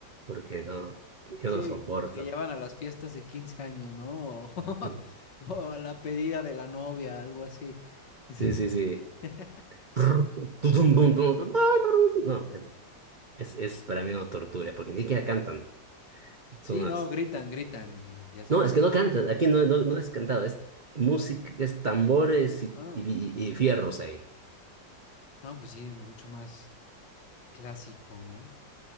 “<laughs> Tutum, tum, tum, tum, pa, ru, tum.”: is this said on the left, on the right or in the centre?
Right